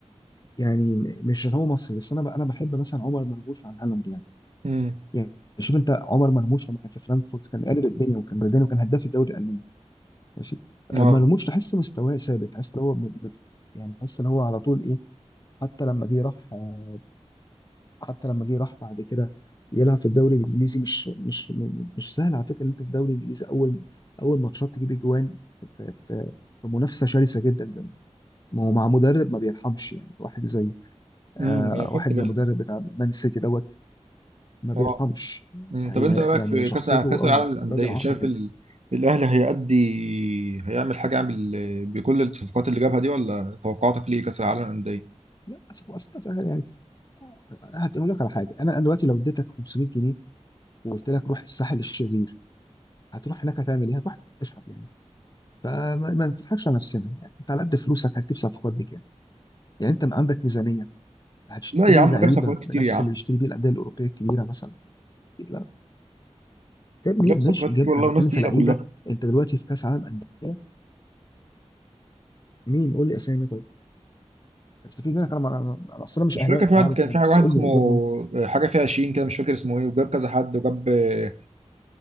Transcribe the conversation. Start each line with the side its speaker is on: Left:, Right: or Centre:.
Left: يعني م- مش إن هو مصري بس انا ب... انا بحب مثلا عمر مرموش عن هالاند يعني
Right: امم
Left: يعني شوف انت عمر مرموش لما كان في فرانكفورت كان قالب الدنيا وكان بلداني وكان هداف الدوري الالماني ماشي آه،
Right: اه
Left: مرموش تحس مستواه ثابت تحس ان هو ب- ب- يعني تحس ان هو على طول ايه حتى لما جه راح آه، حتى لما جه راح بعد كده يلعب في الدوري الانجليزي مش مش م- مش سهل على فكره ان انت في الدوري الانجليزي اول اول ماتشات تجيب اجوان في في في في منافسه شرسه جدا زي ما هو مع مدرب ما بيرحمش يعني واحد زي آه
Right: امم انا خدت
Left: واحد
Right: بالي
Left: زي مدرب بتاع مان سيتي دوت ما بيرحمش
Right: اه امم
Left: هي
Right: طب انت إيه رايك
Left: يعني
Right: في
Left: شخصيته
Right: كاس كاس
Left: اه
Right: العالم للانديه
Left: راجل عصبي
Right: شايف ال...
Left: جدا.
Right: الاهلي هيأدي هيعمل حاجه يعمل بكل الصفقات اللي جابها دي ولا توقعاتك ليه كاس العالم للانديه
Left: لا أصل- أصل- يعني هقول لك على حاجه انا أنا دلوقتي لو اديتك 500 جنيه وقلت لك روح الساحل الشرير هتروح هناك هتعمل ايه هتروح تشحت يعني فما ما نضحكش على نفسنا يعني انت على قد فلوسك هتجيب صفقات بكام يعني انت ما عندك ميزانيه هتشتري
Right: لا يا عم
Left: لعيبه
Right: جاب صفقات كتير
Left: بنفس
Right: يا عم
Left: اللي بيشتري بيه الانديه الاوروبيه الكبيره مثلا أكيد لا جاب مين
Right: جاب صفقات
Left: ماشي جاب
Right: كتير والله
Left: انا بتكلم
Right: وناس تقيله
Left: في لعيبه
Right: كلها
Left: انت دلوقتي في كاس عالم انديه مين قول لي اسامي طيب استفيد منك انا ما- انا اصلا مش
Right: مش
Left: اهلاوي
Right: فاكر
Left: أنت
Right: في واحد
Left: عارف
Right: كان
Left: يعني
Right: في واحد
Left: بس قول
Right: اسمه
Left: لي جاب مين
Right: آه، حاجه فيها 20 كده مش فاكر اسمه ايه وجاب كذا حد وجاب آه،